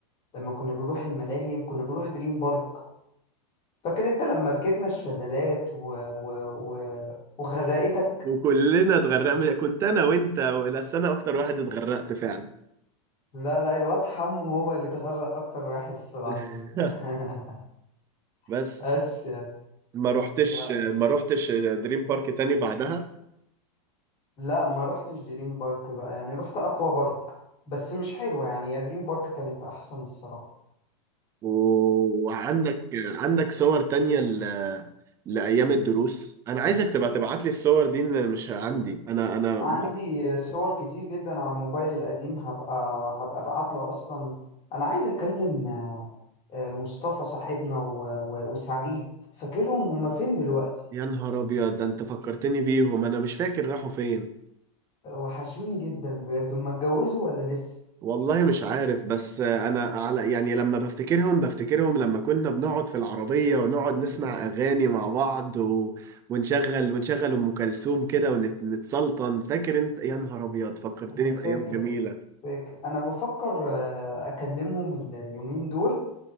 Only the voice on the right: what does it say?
وكلنا اتغرقنا كنت انا وانت بس انا اكتر واحد اتغرقت فعلا
<laughs>
بس
ما روحتش
ما روحتش دريم بارك تاني بعدها
و- وعندك عندك صور تانية ل... لأيام الدروس أنا عايزك تبقى تبعت لي الصور دي إن مش عندي أنا أنا
يا نهار أبيض ده أنت فكرتني بيهم أنا مش فاكر راحوا فين
والله مش عارف بس أنا على يعني لما بفتكرهم بفتكرهم لما كنا بنقعد في العربية ونقعد نسمع أغاني مع بعض و... ونشغل ونشغل أم كلثوم كده ونتسلطن فاكر أنت يا نهار أبيض فكرتني
بأيام جميلة